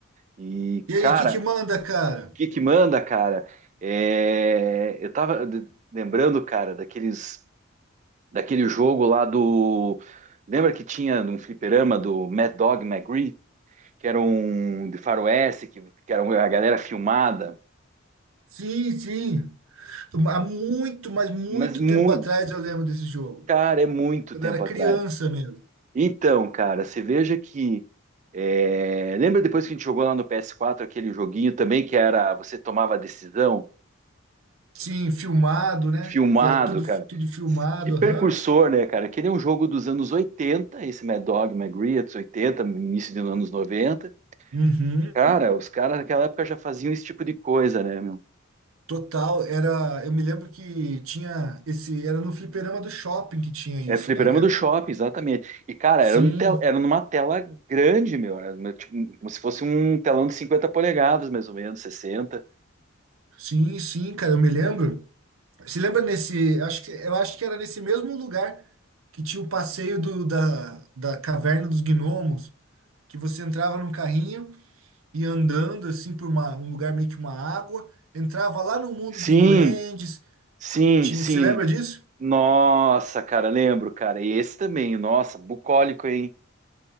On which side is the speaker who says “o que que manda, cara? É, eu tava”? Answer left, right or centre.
Right